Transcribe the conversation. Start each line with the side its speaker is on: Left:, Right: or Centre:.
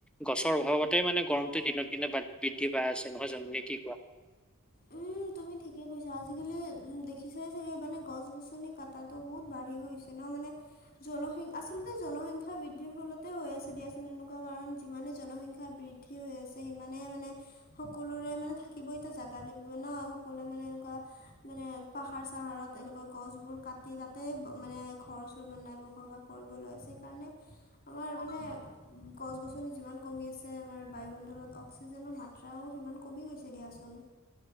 Centre: গছৰ অভাৱতেই মানে গৰমতে দিনক দিনে বৃদ্ধি পাই আছে নহয় জানো ন কি কোৱা। <inaudible>
Left: উম, তুমি ঠিকে কৈছা আজিকালি দেখিছাই চাগে মানে গছ গছনি কাটাটো বহুত বাঢ়ি গৈছে ন মানে জনসংখ্যা আচলতে জনসংখ্যা বৃদ্ধিৰ ফলতে হৈ আছে দিয়াচোন এনেকুৱা কাৰণ যিমানে জনসংখ্যা বৃদ্ধি। ঠি হৈ আছে সিমানেইে মানে সকলোৰে মানে থাকিব এতিয়া জাগ কালি নহয় সকলোৱে মানে এনেকুৱা মানে পাহাৰ চাহাৰত এনেকুৱা গছবোৰ কাটি তাতে মানে ঘৰ চৰ বনাই বসাবাস কৰিবলৈ আছে সেইকাৰণে আমাৰ মানে গছ গছনি যিমান কমি আছে আমাৰ বায়ুমণ্ডলত অক্সিজেনৰ মাত্ৰাও সিমান কমি গৈছে দিয়াচোন।